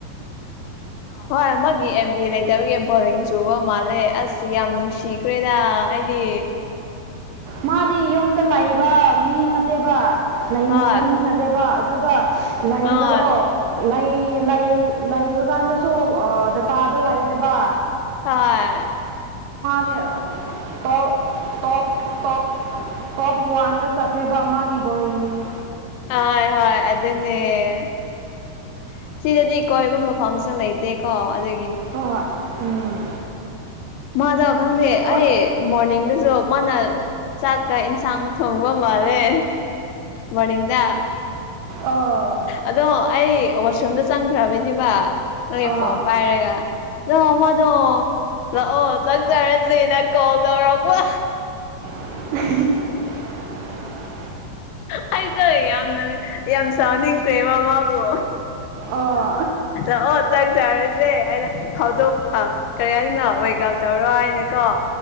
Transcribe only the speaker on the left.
ꯍꯣꯏ ꯃꯥꯒꯤ ꯑꯦꯦꯝ ꯕꯤ ꯑꯦ ꯂꯩ ꯀꯠꯇꯕꯒꯤ ꯕꯣꯔꯦꯡ ꯆꯨꯕ ꯃꯥꯜꯂꯦ ꯑꯁ ꯌꯥꯝ ꯅꯨꯡꯁꯤꯈ꯭ꯔꯦꯗ ꯍꯥꯏꯗꯤ
ꯍꯣꯏ
ꯍꯣꯏ
ꯑ
<inaudible> ꯁꯤꯗꯗꯤ ꯀꯣꯏꯕ ꯃꯐꯝꯁꯨ ꯂꯩꯇꯦꯀꯣ ꯑꯗꯨ
ꯃꯥꯗꯣ ꯈꯪꯗꯦ
ꯑꯩ ꯃꯣꯔꯅꯤꯡꯗꯁꯨ ꯃꯥꯅ ꯆꯥꯛꯀ ꯏꯟꯁꯥꯡ ꯊꯣꯡꯕ ꯃꯥꯜꯂꯦ ꯃꯅꯤꯡꯗ
ꯑꯗꯣ ꯑꯩꯁ ꯐꯣꯟꯗ ꯆꯪꯈ꯭ꯔꯕꯅꯤꯕ ꯅꯣꯏ
ꯐꯣꯟ ꯄꯥꯏꯔꯒ ꯑꯗꯣ ꯃꯥꯗꯣ ꯂꯥꯛꯑꯣ ꯆꯥꯛ ꯆꯔꯁꯦ ꯅꯪ ꯀꯣꯜ ꯇꯧꯔꯔꯕ
ꯑꯩꯗꯣ ꯌꯥꯝꯅꯪ ꯌꯥꯝ ꯆꯥꯎꯅꯤꯡꯇꯦꯕ ꯃꯥꯥꯕꯨ
ꯑꯣ ꯆꯥꯛ ꯆꯔꯔꯦ ꯦ ꯑꯩꯅ ꯊꯧꯗꯣꯛ ꯀꯔꯤ ꯍꯥꯏꯅ ꯋꯦꯜꯀꯝ ꯇꯧꯔꯣ ꯍꯥꯏꯅꯀꯣ